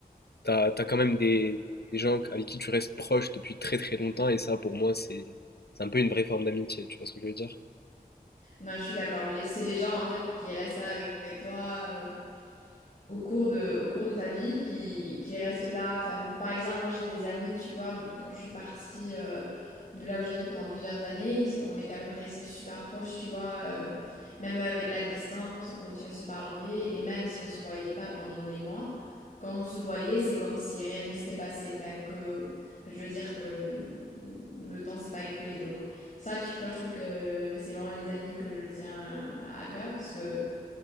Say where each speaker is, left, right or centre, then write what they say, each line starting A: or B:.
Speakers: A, on the left; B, on the left.
A: t'as, t'as quand même des, des gens avec qui tu restes proche depuis très très longtemps, et ça pour moi c'est, c'est un peu une vraie forme d'amitié, tu vois ce que je veux dire?
B: Non, je suis d'accord. Les- C'est les gens, en fait, qui restent avec avec toi, euh, au cours de, au cours de ta vie qui, qui reste là. Enfin, par exemple, moi j'ai des amis, tu vois, m- quand je suis partie euh, de là où j'habite pendant plusieurs années, ils- on est quand même restés super proches, tu vois, euh, même avec la distance, on continue à se parler et même si on se voyait pas pendant des mois, quand on se voyait, c'est comme si rien ne s'était passé. Enfin, que, enfin, je veux dire que hum, le temps s'est pas écoulé. Donc ça, tu vois, je trouve que c'est vraiment les amis que je tiens à cœur parce que